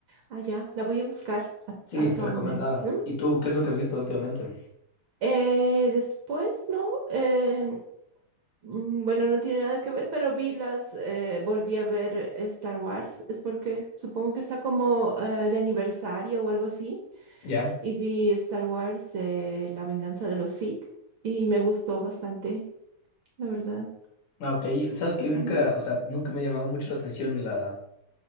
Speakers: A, on the right; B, on the left.
A: Ah, ya, la voy a buscar a-
B: Sí,
A: actualmente,
B: recomendada.
A: ¿no?
B: ¿Y tú qué es lo que has visto últimamente?
A: Eh, después, ¿no? Em, mm, bueno, no tiene nada que ver, pero vi las, eh, volví a ver Star Wars. Es porque supongo que está como eh, de aniversario o algo así.
B: ¿Ya?
A: Y vi Star Wars, eh, La venganza de los Sith. Y me gustó bastante, la verdad.
B: Ah, ok. Sabes que yo nunca,
A: Ujú,
B: o sea, nunca me ha llamado mucho la atención la,